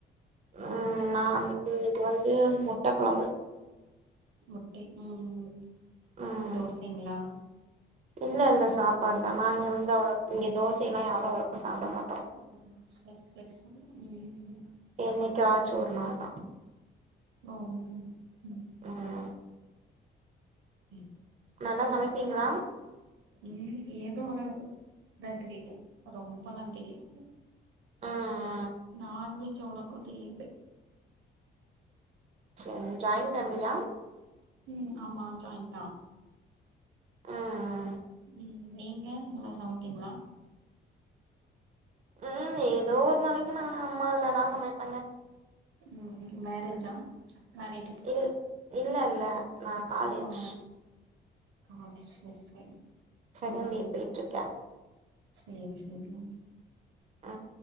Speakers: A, on the right; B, on the right.
A: ம் நா இன்னக்கு வந்து முட்ட கொழம்பு
B: முட்டை ம் ம்
A: ம்
B: தோசைங்களா
A: இல்ல இல்ல சாப்பாடு தா நாங்க வந்து அவ்ளோ இங்க தோசைல்ல யாரு அவ்ளோக்கா சாப்ட மாட்டோ
B: ஆ சர் சர் சரி ம் ம்
A: என்னைக்காச்சு ஒரு நாள்தா
B: ஓ ஓ ம்
A: ம்
B: ம்
A: நல்லா சமைப்பீங்களா
B: ம் ஏதோ ஒருளவு தா தெரியு ரொம்பல்லா தெரியாது
A: ம் ம்
B: நான்வெஜ் அவ்ளோக்கா தெரியலம்பே
A: சேர் ஜாய்ன் ஃபேம்லியா
B: ம் ஆமா ஜாய்ன் தா
A: ம் ம்
B: ம் நீங்க நல்லா சமைப்பீங்களா
A: ம் ஏதோ ஒரு நாளைக்கு நானு அம்மா இல்லன்னா சமைப்பங்க
B: ம் மேரேஜா மேரீடு
A: இல் இல்லல்ல நா காலேஜு
B: ஆ காலேஜ் சர் சரி
A: செகண்ட்
B: ம் ம்
A: இயர் போயிட்ருக்கே
B: சேரி சேரிங்க
A: ஆ